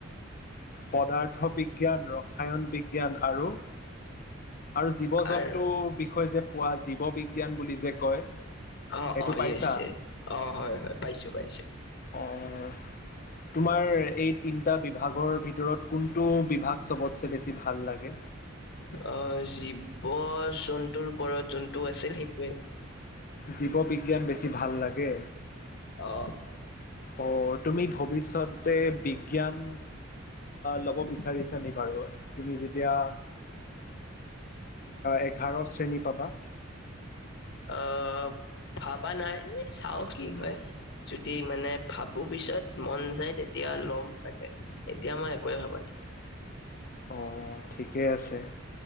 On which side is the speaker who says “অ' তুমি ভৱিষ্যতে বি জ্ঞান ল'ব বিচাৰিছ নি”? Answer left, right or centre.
Left